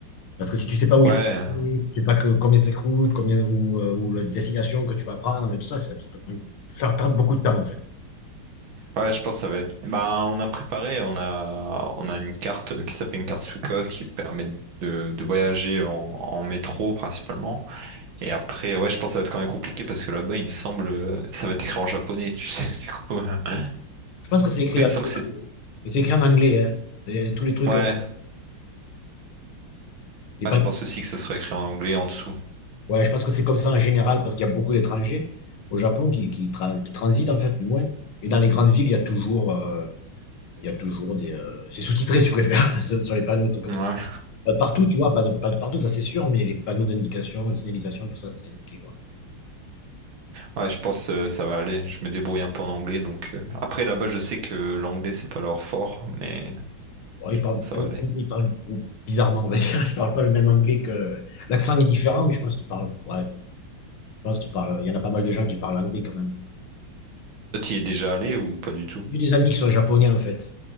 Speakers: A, on the left (about 85°); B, on the right (about 70°).
A: Parce que si tu sais pas où
B: Ouais,
A: il faut, aller, tu sais pas que, combien ça coûte, combien, ou, euh, ou la destination que tu vas prendre, en fait, tout ça, ça, ça peut te faire perdre beaucoup de temps en fait.
B: ouais, je pense que ça va être. Bah, on a préparé, on a, on a une carte euh, qui s'appelle une carte Suica qui permet de, de voyager en, en métro principalement. Et après, ouais, je pense que ça va être quand même compliqué parce que là-bas, il me semble, euh, ça va être écrit en japonais, tu sais, <laughs> du coup. euh.
A: Je pense que c'est écrit
B: Après,
A: dans
B: il me
A: le
B: semble
A: programme,
B: que c'est.
A: hein. Et c'est écrit en anglais, hein. Il y a tous les trucs,
B: Ouais,
A: euh, les
B: ouais,
A: panneaux.
B: je pense aussi que ça sera écrit en anglais en dessous.
A: Ouais, je pense que c'est comme ça en général, parce qu'il y a beaucoup d'étrangers au Japon qui, qui, trans- qui transitent, en fait, du moins. Et dans les grandes villes, il y a toujours, euh, il y a toujours des. euh, c'est sous-titré, tu préfères, <laughs> sur sur les panneaux, des trucs comme
B: Ouais,
A: ça. Pas de partout, tu vois, pas de, pas de partout, ça c'est sûr, mais les panneaux d'indication, signalisation, tout ça, c'est indiqué, quoi.
B: ouais, je pense que ça va aller. Je me débrouille un peu en anglais, donc euh, après là-bas, je sais que l'anglais c'est pas leur fort, mais
A: Bon, ils
B: je
A: parlent,
B: pense que
A: pas-
B: ça va
A: ils
B: aller.
A: parlent, ils parlent bizarrement, on va dire. <laughs> Ils parlent pas le même anglais que. L'accent est différent, mais je pense qu'ils parlent. Ouais, je pense qu'ils parlent. Il y en a pas mal de gens qui parlent anglais quand même.
B: Toi, tu y es déjà allé ou pas du tout?
A: J'ai des amis qui sont japonais, en fait.